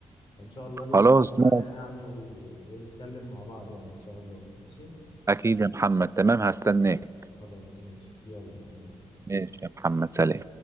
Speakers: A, on the left; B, on the right.
A: فان شاء الله لينا
B: خلاص
A: قعدة تانية
B: نقعد
A: يعني و... ونتكلم مع بعض يعني ان شاء الله ماشي
B: اكيد يا محمد تمام هستناك
A: خلاص ماشي يلا سلام
B: ماشي يا محمد سلام